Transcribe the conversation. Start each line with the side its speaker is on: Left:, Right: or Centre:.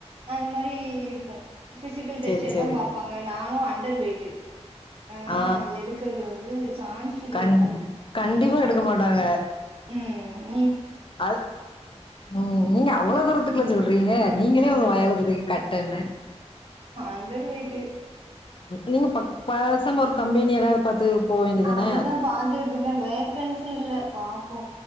Right: அது மாரி இருக்கு ஃபிசிக்கல் டெஸ்ட்
Left: சேரி
Right: எல்லா
Left: சேரி
Right: பாப்பாங்க நானு அண்டர் வெயிட்டு ஆனா
Left: ஆ
Right: எடுக்கறது வந்து சான்ஸ் இல்ல
Left: கண் கண்டிப்பா
Right: உம்
Left: எடுக்க மாட்டாங்க
Right: உம்
Left: அது உம் நீங்க அவ்ளோ தூரத்துக் சொல்றீங்க நீங்களே
Right: அண்டர்
Left: உங்க வாயால சொல்றீங்க கட்டனு
Right: அன்டர் வெயிட்டு
Left: நீங்க பக் பேசாம ஒரு கம்பெனி எதாவது பாத்து போ வேண்டியதான
Right: அதுதா பாத்துட்டு இருக்க வேகன்சி இல்ல பாப்போ